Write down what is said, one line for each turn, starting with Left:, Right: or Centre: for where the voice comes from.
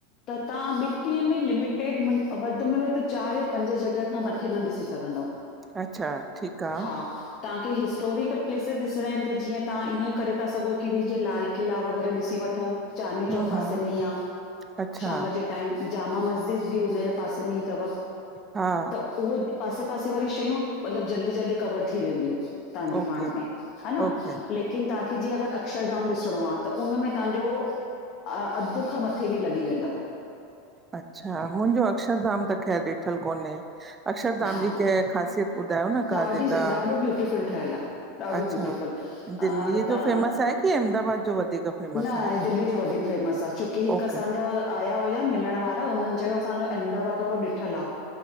Left: त तां ॿिटिन में लिमिटेड मु वधि में वधि चारि या पंज जॻहि खां मथे न ॾिसी सघंदव।
Right: अच्छा ठीक आ।
Left: हा तव्हांखे हिस्टोरिकल प्लेसेस ॾिसणा आहिन त जीअं तां इएं करे था सघो की जीअं लाल किला वग़ैरह ॾिसी व ठो चांदनी चौक
Right: हूं
Left: पासे
Right: हूं
Left: में ई आ
Right: अच्छा
Left: शाम जे टाइम जामा मस्जिद बि हुनजे पासे में ई तव
Right: हा
Left: इहो पासे पासे वारी शयूं मतलबु जल्दी जल्दी कवर थी वेंदियूं आ तव्हांजो
Right: ओके
Left: पाण में। हा न
Right: ओके
Left: लेकिन तव्हांखे जीअं अक्षरधाम ॾिसणो आ त उन में तव्हांजो अधु खां मथे ॾींहुं लॻी वेंदव।
Right: अच्छा मुंहिंजो अक्षरधाम त ख़ैरु ॾिठल कोन्हे अक्षरधाम
Left: हा
Right: जी <unintelligible> ख़ासियत ॿुधायो न
Left: ॾाढी
Right: का जेका
Left: ॾाढो ब्यूटीफुल ठहियल आ। ॾाढो
Right: अच्छा
Left: ब्यूटीफुल अ
Right: दिल्लीअ
Left: हितां
Right: जो फेमस आहे? कि अहमदाबाद जो वधीक फेमस
Left: न
Right: आहे
Left: दिल्लीअ जो वधीक फेमस आहे छोकी हिकु
Right: ओके
Left: असांजा आया हुआ मिलण वारा हुननि चयो असांजो अहमदाबाद वारो ॾिठलु आ।